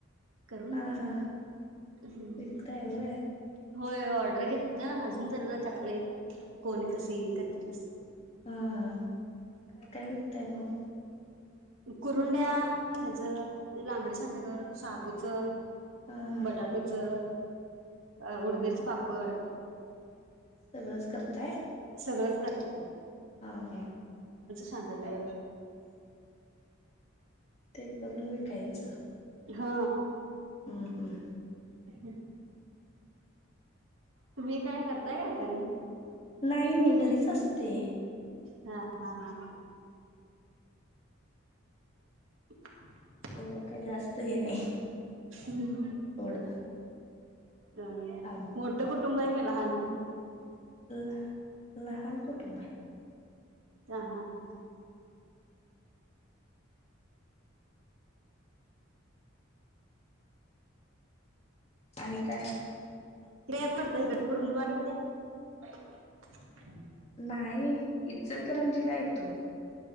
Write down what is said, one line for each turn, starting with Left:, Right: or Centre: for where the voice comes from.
Right: करून
Left: हा हा
Right: हम्म
Left: विकताय वय
Right: होय ऑर्डर घेत अजून जरा करायला कोणी कस हे करतील तसे
Left: हा हा काय काय विकतय मग
Right: कुरुंड्या हच लांबडी सांडग साबूचं
Left: हा हा
Right: बटाटोच अ उडदेच पापड
Left: सगळंच करताय
Right: सगळंच <unintelligible>
Left: हा हा
Right: सांडलं
Left: ते करून विकायच च
Right: हा
Left: हम्म हम्म
Right: हम्म तुम्ही काय करताय काय का एकाने
Left: नाही मी घरीच असते
Right: हा हा हा हा <inaudible>
Left: तेवढं का जास्त हे नाही
Right: हम्
Left: एवढं
Right: हम
Left: काम
Right: मोठं कुठ कुटुंब आहेय लहान
Left: ल लहान कुटुंब आहे
Right: हा हा हा
Left: आणि काय
Right: <unintelligible> <unintelligible> <inaudible>
Left: नाही इचलकरंजीला येतोय